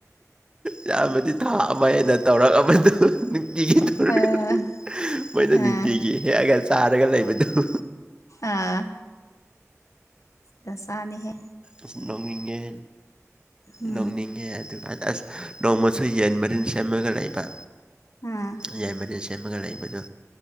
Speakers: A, on the right; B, on the left.
A: ꯏꯌꯥꯝꯕꯗꯤ ꯊꯥ ꯑꯃ ꯍꯦꯟꯅ ꯇꯧꯔꯛꯑꯕꯗꯨ ꯅꯨꯡꯇꯤꯒꯤ ꯇꯧꯔꯒ
B: ꯑꯥ
A: ꯂꯩ ꯃꯣꯏꯅ
B: ꯑꯥ
A: ꯅꯨꯡꯇꯤꯒꯤ ꯍꯦꯛꯑꯒ ꯆꯥꯔꯒ ꯂꯩꯕꯗꯨꯣ
B: ꯑꯥ ꯗꯁꯥꯅꯤꯍꯦ
A: ꯑꯁ ꯅꯣꯛꯅꯤꯡꯉꯦ
B: ꯎꯝ
A: ꯅꯣꯛꯅꯤꯡꯉꯦ ꯑꯗꯨꯒ ꯑꯁ ꯅꯣꯡꯃꯁꯨ ꯌꯦꯟ ꯃꯔꯤꯟ ꯁꯦꯝꯃꯒ ꯂꯩꯕ
B: ꯎꯝ
A: ꯌꯥꯏꯃꯔꯤꯜ ꯁꯦꯝꯃꯒ ꯂꯩꯕꯗꯨ